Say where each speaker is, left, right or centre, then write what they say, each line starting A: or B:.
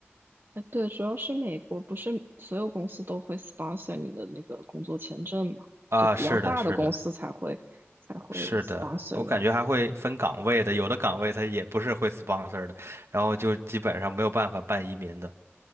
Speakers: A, on the right; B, on the right.
A: 哎对，主要是美国不是所有公司都会 sponsor 你的那个工作签证嘛，
B: 啊，
A: 就比较大的公司才会才会
B: 是的，是的，是的，
A: sponsor
B: 我感觉还会分岗位的，
A: 那个。
B: 有的岗位它也不是会 sponsor 的，然后就基本上没有办法办移民的。